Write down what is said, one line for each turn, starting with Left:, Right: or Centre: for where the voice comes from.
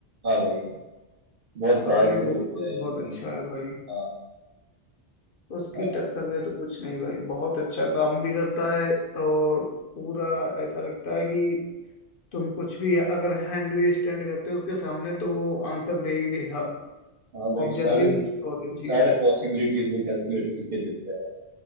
Right: हाँ भाई बहुत पावरफुल
Left: अरे वो
Right: होता
Left: तो
Right: है
Left: बहुत
Right: ये सब।
Left: अच्छा है भाई
Right: हाँ हाँ
Left: उसकी
Right: भाई
Left: टक्कर में तो कुछ नहीं भाई बहुत अच्छा काम भी करता है और पूरा ऐसा लगता है कि तुम कुछ भी अगर हैंड भी स्टैंड करते हो उसके सामने तो वो आंसर दे ही देगा
Right: हाँ भाई
Left: ऑब्जर्विंग
Right: सारे
Left: उसकी बहुत अच्छी
Right: सारे
Left: है
Right: पॉसिबिलिटीज वो कैलकुलेट करके देते हैं